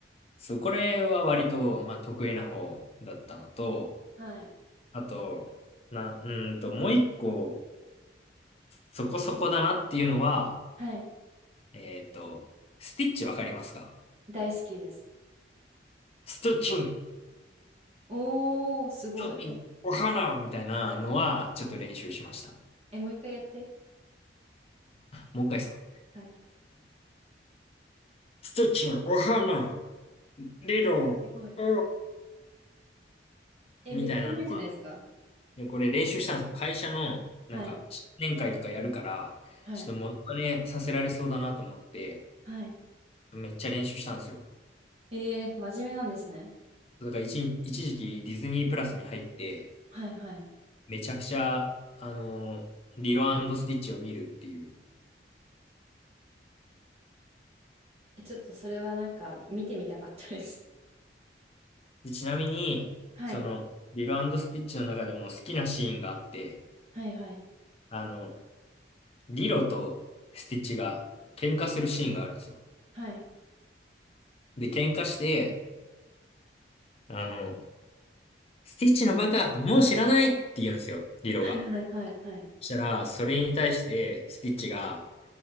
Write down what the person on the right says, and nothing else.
はい。
はい。
大好きです。
おー、すごい。
え、もう一回やって。
はい
すごい。
え、
めっちゃうまいじゃないですか。
はい。
はい。
はい。
ええ真面目なんですね。
はい、はい。
え、ちょっとそれはなんか見てみたかったです。
はい。
はい、はい。
はい。
はい、はい、はい。はい。